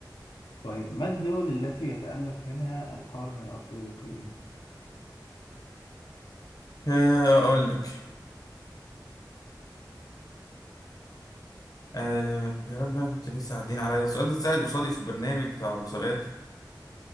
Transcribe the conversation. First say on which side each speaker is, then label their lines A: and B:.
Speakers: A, on the left; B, on the left.
A: طيب ما الدول التي يتألف منها القرن الأفريقي؟
B: آه، اقول لك آه يا رب انا كنت لسه قاعدين عليا السؤال ده اتسأل قصادي في برنامج بتاع مسابقات